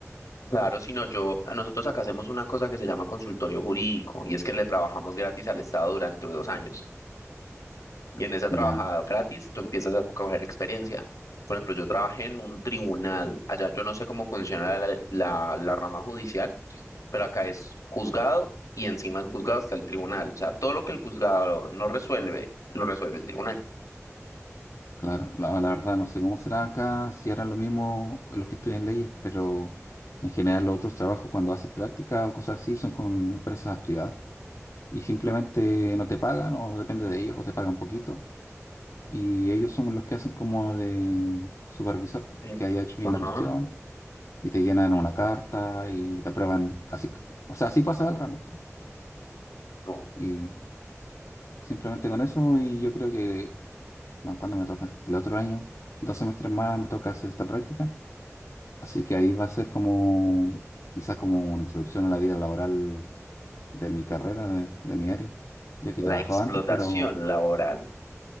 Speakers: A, on the left; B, on the left.
A: Claro, sino yo, nosotros acá hacemos una cosa que se llama consultorio jurídico y es que le trabajamos gratis al Estado durante dos años. Y en esa trabajada
B: Ya,
A: gratis tú empiezas a coger experiencia. Por ejemplo, yo trabajé en un tribunal. Allá yo no sé cómo funciona la, la, la rama judicial, pero acá es juzgado y encima del juzgado está el tribunal. O sea, todo lo que el juzgado no resuelve, lo resuelve el tribunal.
B: claro. La, la verdad, no sé cómo será acá, si harán lo mismo los que estudian leyes, pero en general los otros trabajos cuando haces práctica o cosas así son con empresas privadas y simplemente no te pagan o depende de ellos o te pagan poquito. Y ellos son los que hacen como de supervisor,
A: Sí.
B: que haya hecho bien
A: Ajá.
B: la cuestión y te llenan una carta y te aprueban así. O sea, así pasa el ramo.
A: No,
B: Y Simplemente con eso y yo creo que, no, ¿cuándo me toca? El otro año, dos semestres más me toca hacer esta práctica. Así que ahí va a ser como, quizás como una introducción a la vida laboral de mi carrera, de, de mi área, ya que he trabajado
A: La explotación
B: antes, pero
A: laboral.